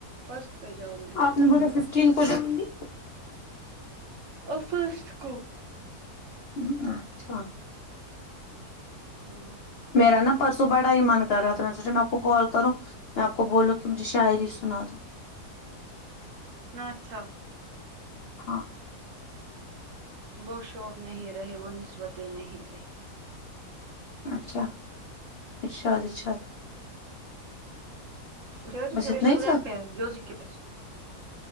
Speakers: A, on the right (about 60°); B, on the left (about 85°).
A: فرسٹ پہ جاؤں گی
B: ان ب ففٹیین کو جاؤں گی
A: افس کو
B: ہم اچھا
A: ہاں
B: میرا نا پرسوں بڑا ہی من کر رہا تھا میں نے سوچا میں آپ کو کال کروں میں آپ کو بولوں کہ مجھے شاعری سنا دو
A: نچھا
B: ہاں
A: وہ شوق نہیں رہے وہ نسبتیں نہیں رہی
B: اچھا اچھا اچھا
A: ہس
B: بس اتنا ہی تھا
A: گھر پ ہے جوز کے پس